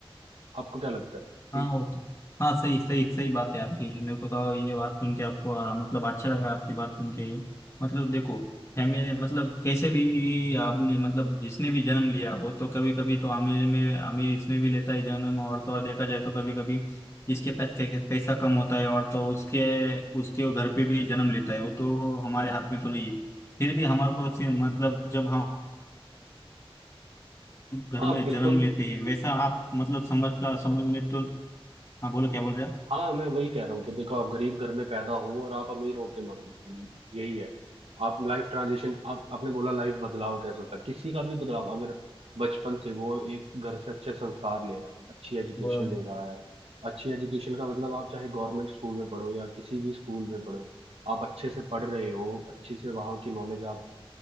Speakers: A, on the right; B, on the left.
A: आपको क्या लगता
B: हाँ
A: है
B: वो तो हाँ सही सही सही बात है आपकी मेरे को तो ये बात सुन के आपको आ, मतलब अच्छा लगा आपकी बात सुन के ये मतलब देखो फैमिली मतलब कैसे भी आपने मतलब जिसने भी जन्म लिया वो तो कभी कभी तो अमीर में अमीर इसमें भी लेता है जन्म और तो और देखा जाए तो कभी कभी जिसके पास के- पैसा कम होता है और तो उसके उसके घर पे भी जन्म लेता है वो तो हमारे हाथ में तो नहीं है फिर भी हमारे को ऐसे मतलब जब हम घर
A: हाँ
B: में
A: बिल्कुल
B: जन्म लेते हैं वैसा आप मतलब समझ का समझ में तो हाँ बोलो क्या बोल रहे हैं
A: हाँ मैं वही कह रहा हूँ कि देखो आप गरीब घर में पैदा हो और आप अमीर होके मरो यही है आप लाइफ ट्रांजिशन आप आपने बोला लाइफ बदलाव कैसे होता है किसी का भी बदलाव अगर बचपन से वो एक घर से अच्छे संस्कार ले रहा है अच्छी एजुकेशन
B: आप?
A: ले रहा है अच्छी एजुकेशन का मतलब आप चाहे गवर्नमेंट स्कूल में पढ़ो या किसी भी स्कूल में पढ़ो आप अच्छे से पढ़ रहे हो अच्छे से वहाँ की नॉलेज आप